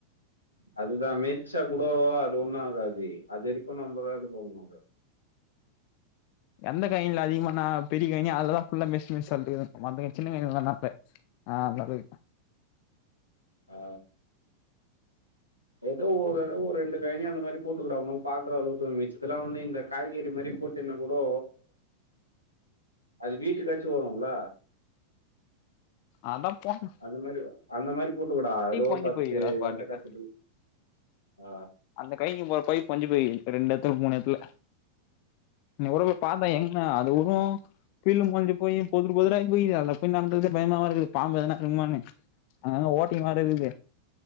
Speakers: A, on the left (about 85°); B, on the left (about 45°).
A: அதுதா மெச்சா கூடோ அது ஒன்னோ ஆகாது அது வெரிக்கு நம்ம தா இது போட்னோ அத
B: எந்த கைனில அதிகமா நா பெரி கைனி அதல தா எல்லா மெர்சி மெர்சி தள்ளிட்டுகறே மத்த சின்ன கைனிலல்லா எங்க அத்த ஆ நல்லது
A: ஆ ஏதோ ஒரு அளவு ஒரு ரெண்டு கைனி அந்த மாரி போட்டுக்கடா நம்போ பாக்குற அளவுக்கு மிச்சத்துல வந்து இந்த காய்கறி மாரி போட்டின்னா கூடோ அது வீட்டுக்காச்சி வரோல்ல
B: அதா போட்னோ
A: அந்த மாரி அந்த மாரி போட்டுக்கோடா ஏதோ ஒரு
B: ஒடஞ்சு
A: பத்து
B: போயிக்குதுடா அது
A: வெண்ட
B: பாட்டுக்கு
A: செடில் ஆ
B: அந்த கைனிக்கு போற பைப் ஒட்ஞ்சி போயிகீது ரெண்டு எடத்துல மூணு எடத்துல இன்னிக் கூடோ போய் பாத்தே எங்க அது கூடோ பில்லு மொளஞ்சி போயி பொதுரு பொதுரா ஆய் போயிகீது அது போய் நடதுக்குறதே பயமாவா இருக்குது பாம்பு எதனா இருக்குமான்னு அங்கங்க ஓட்டிங்ளா நறையகுது